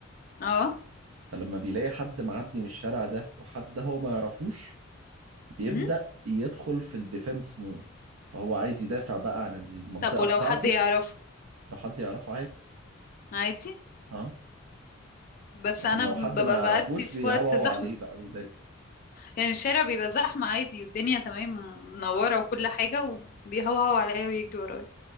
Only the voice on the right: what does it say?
فلما بيلاقي حد معدي من الشارع ده وحد ده هو ما يعرفوش بيبدا
يدخل في الديفense مود فهو عايز يدافع بقى عن المنطقه
بتاعته
لو حد يعرفه عادي
اه
لكن
لو
حد ما يعرفوش
بيهوهو
عليه بقى ويضايق